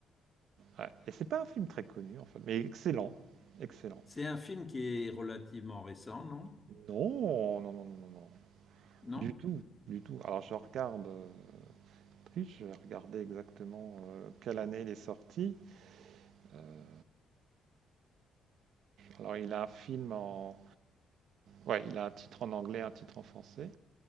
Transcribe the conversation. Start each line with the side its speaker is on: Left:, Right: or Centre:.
Right: Ouais. Et c'est pas un film très connu en fait, mais excellent, excellent.
Left: c'est un film qui est relativement récent, non?
Right: Non, non, non, non, non, non.
Left: Non?
Right: Du tout, du tout. Alors je regarde. euh, Je vais regarder exactement euh, quelle année il est sorti. Euh, alors, il a un film en. Ouais, il a un titre en anglais, un titre en français.